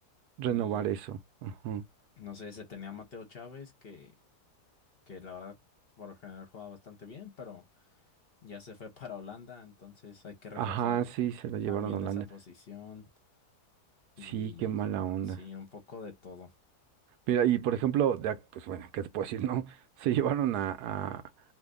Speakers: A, on the right (about 80°); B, on the left (about 45°).
A: renovar
B: Y
A: eso. Ajá.
B: no sé, se tenía a Mateo Chávez, que, que la verdad por lo general jugaba bastante bien, pero ya se fue <laughs> para Holanda, entonces hay que reforzar
A: Ajá, sí, se la llevaron
B: también
A: a Holanda.
B: esa posición y
A: Sí, qué mala onda.
B: sí, un poco de todo.
A: Mira, y por ejemplo, de ac- pues bueno, ¿qué te puedo <laughs> decir? No, se llevaron a, a,